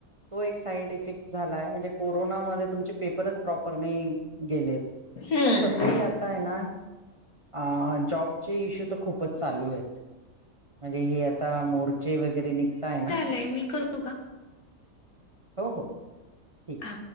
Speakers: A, on the right; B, on the left.
A: तो एक साईड इफेक्ट झाला आहे म्हणजे कोरोनामध्ये तुमचे पेपरच प्रॉपर नाही गेलेत
B: हम्म
A: पण तसही आता आहे ना अ जॉबचे इश्यू तर खूपच चालू आहेत. म्हणजे हे आता मोर्चे वगैरे निघताय ना.
B: प्लेमिकल
A: हो हो ठीक.
B: हा.